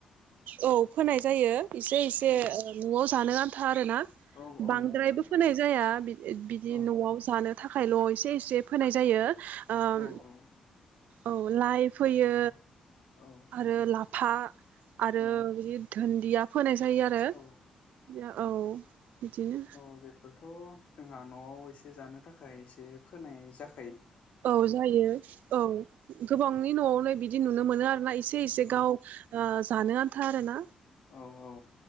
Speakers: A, on the right; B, on the left.
A: औ फोनाय जायो। एसे इसे
B: औ
A: ओ नआव जानो आन आरोना
B: औ औ
A: बांद्रायबो
B: नंगौ नंगौ
A: फोनाय जाया बिदि बिदि
B: औ
A: नआव जानो थाखायल एसे एसे इसे फोनाय जायो ओम
B: औ औ
A: औ लाइ फैयो
B: नंगौ औ
A: आरो ला था आरो
B: औ
A: बिदि धोन दिया फोनाय ज जायो आरो
B: औ
A: औ बिदिनो
B: औ बेफोरथ जोंहा नआव एसे जानो थाखाय एसे फोनाय जाख
A: औ जायो औ गोबांनि न'आवनो बिदि नुनो मोनो आरो ना इसे एसे एसे
B: औ
A: गाव ओ जानो आन था आरोना।
B: औ औ